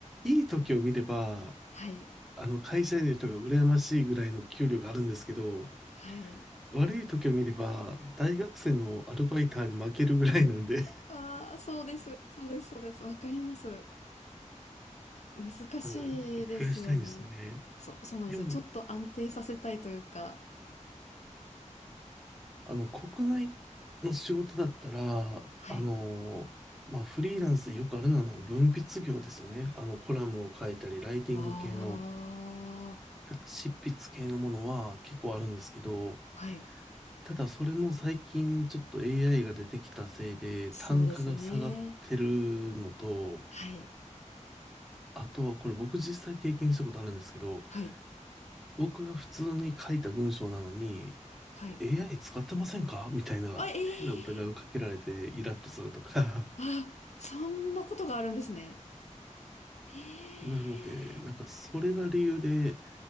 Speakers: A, in the centre; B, on the left.
A: いい時を見れば、
B: はい。
A: あの会社員の人が羨ましいぐらいの給料があるんですけど、
B: はい。
A: 悪い時を見れば大学生のアルバイターに負けるぐらいなんで、
B: ああ、そうです。そうです。そうです。わかります。難しいですよね。
A: <laughs> あの、なんか増やしたいんですよね。
B: そう、そうなんですよ。
A: でも、
B: ちょっと安定させたいというか。
A: あの、国内の仕事だったら、
B: はい。
A: あの、まあ、フリーランスでよくあるのはあの文筆業ですよね。あの、コラムを書いたり、ライティング系の、
B: ああ、
A: 執筆系のものは結構あるんですけど、
B: はい。
A: ただそれも最近ちょっと AI が出てきたせいで、
B: そうですね。
A: 単価が下がってるのと、
B: はい。
A: あとはこれ僕実際経験したことあるんですけど、
B: はい。
A: 僕が普通に書いた文章なのに、
B: はい。
A: AI 使ってませんかみたいな変な疑いをかけられてイラッとするとか。
B: あ、ええあ、そんなことがあるんですね。ええ
A: なので、なんかそれが理由で、